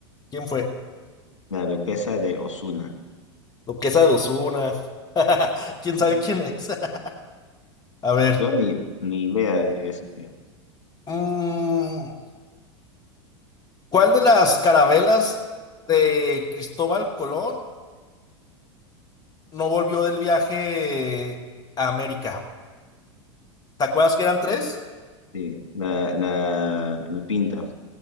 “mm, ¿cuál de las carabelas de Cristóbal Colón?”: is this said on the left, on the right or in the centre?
Left